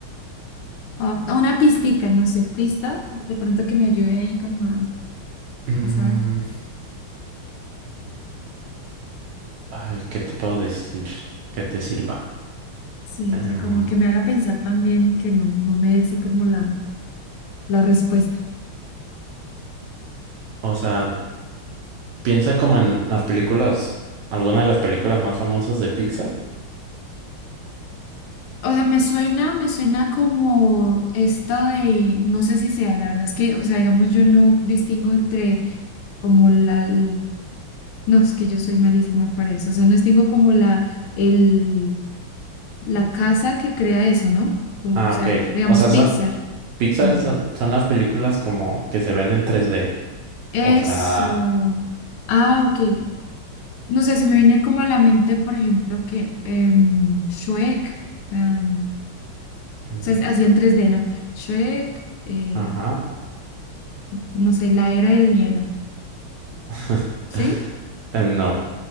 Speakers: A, on the left; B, on the right.
A: ah, una pistica, no sé, pista, de pronto que me ayude ahí como a,
B: Mm,
A: a saber.
B: ay, ¿qué te puedo decir que te sirva?
A: Sí,
B: Em,
A: o sea, como que me haga pensar también y que no, no me dé así como la, la respuesta.
B: o sea, piensa como en las películas, alguna de las películas más famosas de Pixar.
A: O sea, me suena, me suena como esta de, no sé si sea, la verdad es que, o sea, digamos, yo no distingo entre como la, l- no, es que yo soy malísima para eso, o sea, no es- tengo como la, el, la casa que crea eso, ¿no? O
B: Ah,
A: sea,
B: ok.
A: digamos
B: O sea,
A: Pixar.
B: son Pixar
A: Mm.
B: son, son las películas como que se ven en tres d
A: Eso.
B: O sea,
A: Ah, ok. No sé, se me viene como a la mente, por ejemplo, que em, Shrek, em, o
B: mm,
A: sea, hacía en 3D, ¿no? Shrek, eh,
B: ajá.
A: no sé, la era del hielo,
B: <laughs>
A: ¿sí?
B: Eh, No.